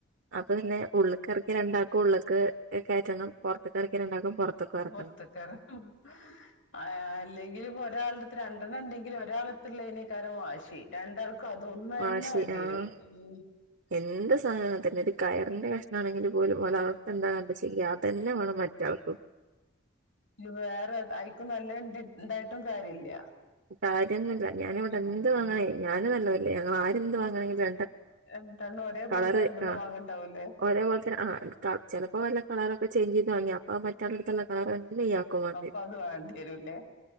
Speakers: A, on the right; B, on the left.
A: അപ്പൊ പിന്നെ ഉള്ള്ക്കെറക്ക്യ രണ്ടാക്കും ഉള്ള്ക്ക് കേറ്റണം പൊറത്ത റക്ക്യാ രണ്ടാക്കും പുറത്തേക്കും ഇറക്കണം
B: പൊർത്ത്ക്കെറ <unintelligible> ആ അല്ലെങ്കില് ഒരാളെട്ത്ത് രണ്ടെണ്ണം ണ്ടെങ്കില് ഒരാളെട്ത്ത്ള്ളീന് ക്കാരം വാശി രണ്ടാൾക്കും അതൊന്ന്
A: വാശി
B: തന്നെ വേണ്ടി
A: ആഹ്
B: വരും ഉം
A: എന്ത് സാനോം അങ്ങനെത്തന്നെടി കയറിന്റെ കഷ്ണാങ്കിൽ പോലും ഒരാളെടുത്ത് ഇണ്ടായ എന്താ ചെയ്യാ അതെന്നെ വേണം മറ്റാൾക്കും
B: ഇ വേറെ അയ്ക്കും നല്ലത്ണ്ടായിട്ടും കാര്യല്ല
A: കാര്യോന്നുല്ല ഞാനിവിടെ
B: ഉം
A: എന്ത് വാങ്ങണേ ഞാനും നല്ലല്ലേ ഞങ്ങൾ ആരെന്ത്‌ വാങ്ങാണെങ്കിലും
B: <unintelligible>
A: കളറ്
B: രണ്ടെണ്ണം
A: ആഹ്
B: വാങ്ങണ്ടാവൂലേ
A: ഒരേപോലെ തന്നെ ആഹ് ചെലപ്പോ വല്ല കളർ ചേഞ്ച് ചെയ്ത് വാങ്ങ്യ അപ്പൊ മറ്റാളെട്ത്തുള്ള കളർ ഇയാക്കും വേണ്ടി
B: അപ്പൊ
A: വരും.
B: അത് വാണ്ടി വെരുംല്ലേ